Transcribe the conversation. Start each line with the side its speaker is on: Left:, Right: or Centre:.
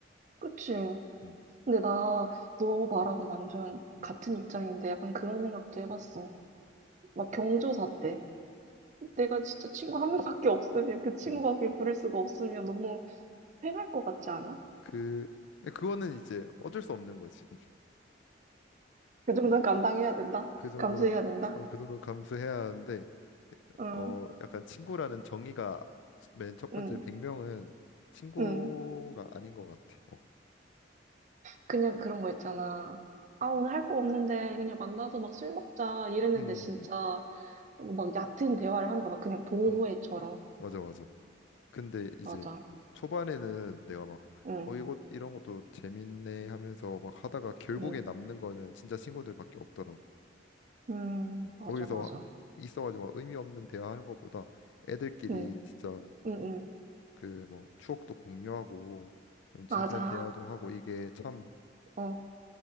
Right: 그치.
Left: 음,
Right: 근데 나 너 말하고 완전 같은
Left: 음,
Right: 입장인데 약간 그런 생각도 해봤어. 막 경조사 때. 내가 진짜 친구 한 명밖에 없으면 그 친구밖에
Left: 음.
Right: 부를 수가 없으면 너무 패할 것 같지 않아?
Left: 그 근데 그거는 이제 어쩔 수 없는 거지
Right: 그 정도는
Left: <laughs>
Right: 감당해야 된다.
Left: 그 정도는
Right: 감수해야 된다.
Left: 어, 그 정도 감수해야 하는데
Right: 응,
Left: 어, 약간 친구라는 정의가 맨 첫 번째
Right: 응,
Left: 100명은 친구가
Right: 응.
Left: 아닌 것 같아. 어.
Right: 그냥 그런 거 있잖아. 아, 오늘 할 거 없는데 그냥 만나서 막 술 먹자. 이랬는데
Left: 음,
Right: 진짜.
Left: 음,
Right: 어, 막 얕은 대화를 하는 거야. 막 그냥 동호회처럼.
Left: 음, 음. 맞아, 맞아. 근데 이제
Right: 맞아.
Left: 초반에는 내가 막,
Right: 응,
Left: 어, 이거, 이런 것도 재밌네 하면서 막 하다가 결국에
Right: 응,
Left: 남는 거는 진짜 친구들밖에 없더라고.
Right: 응,
Left: 음,
Right: 맞아,
Left: 거기서
Right: 맞아.
Left: 있어가지고 막 의미 없는 대화하는 것보다 애들끼리
Right: 응,
Left: 진짜
Right: 응, 응,
Left: 그 뭐 추억도 공유하고 좀 진지한
Right: 맞아.
Left: 대화도 하고 이게 참
Right: 어,